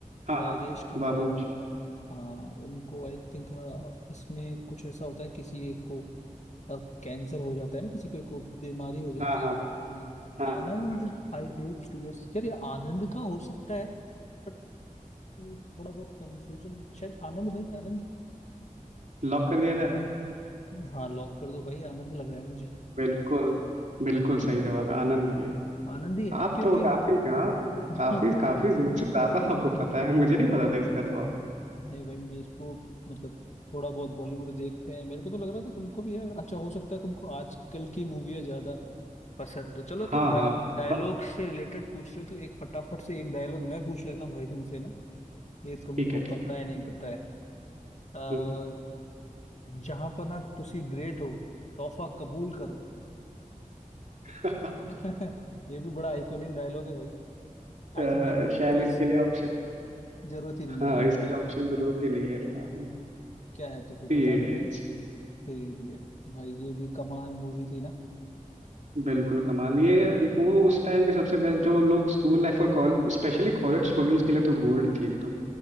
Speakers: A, on the right; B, on the left.
A: हाँ
B: राजेश
A: हाँ
B: खन्ना
A: बाबू
B: है
A: मोशाय
B: हाँ उनको आई थिंक इसमें कुछ ऐसा होता है किसी एक को कैंसर हो जाता है ना किसी को एक को बीमारी हो जाती
A: हाँ हाँ
B: है बहुत हाँ
A: हाँ
B: आनंद
A: हाँ एकदम
B: आई हेट टीयर्स यार ये आनंद का हो सकता है बट थोड़ा बहुत कंफ्यूजन शायद आनंद भाई आनंद
A: लॉक कर दिया जाए
B: हाँ लॉक कर दो भाई आनंद लग रहा है मुझे
A: बिल्कुल बिल्कुल सही जवाब है, आनंद ही है
B: आनंद ही है
A: आप
B: ना क्योंकि
A: तो काफी हाँ
B: <laughs>
A: काफी काफी मुझसे ज्यादा आपको पता है मुझे नहीं पता था इसका जवाब
B: नहीं भाई मेरे को मतलब थोड़ा बहुत बॉलीवुड देखते हैं मेरे को तो लग रहा था तुमको भी है अच्छा हो सकता है तुमको आजकल की मूवियाँ ज्यादा पसंद तो चलो
A: हाँ
B: तुम डा,
A: हाँ
B: डायलॉग
A: ब-
B: से रिलेटेड पूछ रहे हो तो एक फटाफट से एक डायलॉग मैं पूछ लेता हूँ भाई तुमसे ना ये तुमको
A: ठीक है ठीक
B: पता
A: है
B: है नहीं पता है अः
A: हम्म।
B: जहां पर ना तुसी ग्रेट हो तोहफा कबूल करो
A: <laughs>
B: <laughs> ये भी बड़ा आइकॉनिक डायलॉग है भाई आई
A: अ,
B: थिंक मेरे को लगता
A: शायद
B: है
A: इसके
B: इस
A: लिए ऑप्शन
B: जरूरत ही नहीं
A: हाँ
B: है ना
A: इसके लिए ऑप्शन जरूरत ही नहीं है हाँ
B: क्या है तो फिर
A: Three
B: बता
A: idiots
B: दो भाई फिर ये- भाई ये भी कमाल मूवी थी ना
A: बिल्कुल कमाल ये वो उस टाइम के सबसे बेस्ट जो लोग स्कूल लाइफ और कॉलेज स्पेशली कॉलेज स्टूडेंट्स के लिए तो गोल्ड थी एकदम